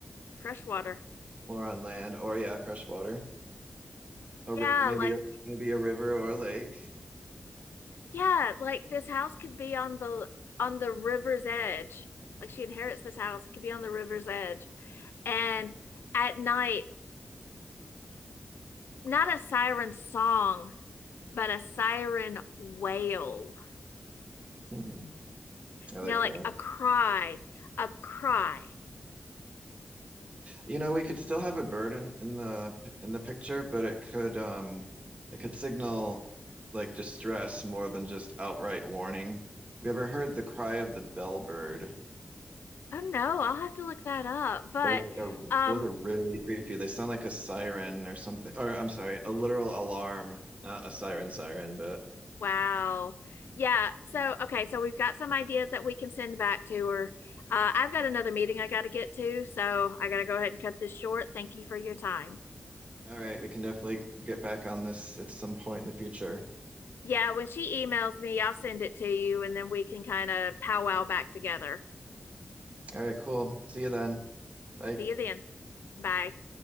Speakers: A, on the left; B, on the right.
A: Freshwater.
B: more on land or yeah, freshwater. Or
A: Yeah,
B: maybe
A: like
B: maybe a river or a lake.
A: yeah, like this house could be on the on the river's edge. Like she inherits this house, it could be on the river's edge. And at night, not a siren song, but a siren wail.
B: Mm-hmm. I like
A: You know, like
B: that.
A: a cry, a cry.
B: You know, we could still have a bird in, in the in the picture, but it could um it could signal like distress more than just outright warning. Have you ever heard the cry of the bellbird?
A: Oh no, I'll have to look that up. But
B: Those are
A: um
B: those are really creepy. They sound like a siren or something. Or I'm sorry, a literal alarm, not a siren siren, but
A: wow. Yeah, so okay, so we've got some ideas that we can send back to her. Uh, I've got another meeting I got to get to, so I got to go ahead and cut this short. Thank you for your time.
B: All right, we can definitely get back on this at some point in the future.
A: Yeah, when she emails me, I'll send it to you and then we can kind of powwow back together.
B: All right, cool. See you then. Bye.
A: See you then. Bye.